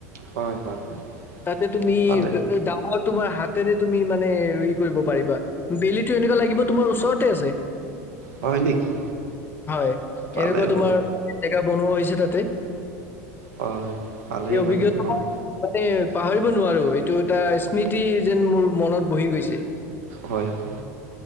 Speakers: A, on the right; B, on the left.
A: হয় হয় হয়
B: তাতে তুমি
A: পালে
B: ডাঙৰ ঙৰ তোমাৰ হাত তেনে তুমি মানে কৰিব পাৰিবা বেলিটো এনেকুৱা লাগিব তোমাৰ ওচৰতে আছে
A: হয় নেকি।
B: হয়
A: পালে
B: এনেকুৱা তোমাৰ
A: ভালে
B: জেগা বনোৱা হৈছে তাতে
A: হয় ভালেই
B: এই
A: বাৰু তোমাৰ
B: <unintelligible> পাহৰিব নোৱাৰো এইটো এটা স্মৃতি যেন মোৰ মনত বহি গৈছে।
A: হয়, হয়